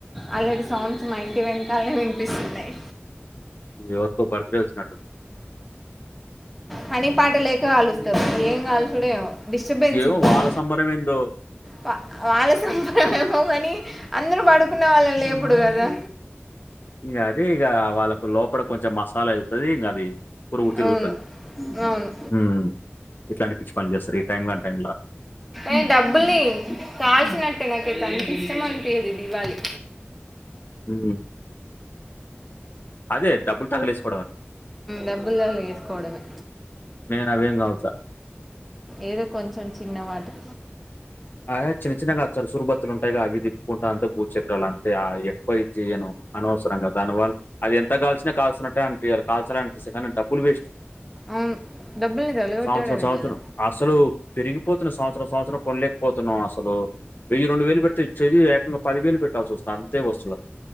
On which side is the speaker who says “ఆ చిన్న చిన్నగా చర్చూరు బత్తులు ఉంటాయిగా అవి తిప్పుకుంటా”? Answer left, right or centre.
Left